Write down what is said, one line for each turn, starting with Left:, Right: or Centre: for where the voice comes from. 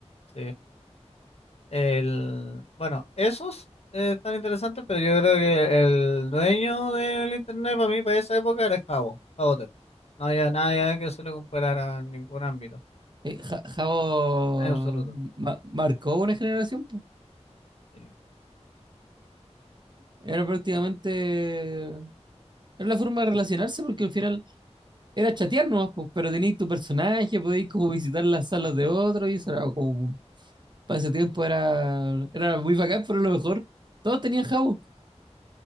Left: Sí. El, bueno, esos eh, están interesantes, pero yo creo que el dueño del internet para mí, para esa época, era el Javo, Javo No había nadie que se le comparara en ningún ámbito,
Right: Eh, Ja- Jabo
Left: en absoluto.
Right: ma- marcó una generación, po.
Left: Sí,
Right: Era prácticamente... Era la forma de relacionarse porque al final era chatear nomás, po, pero tenías tu personaje, podías como visitar las salas de otros y eso era como... Para ese tiempo era, era muy bacán, pero a lo mejor todos tenían Jabo.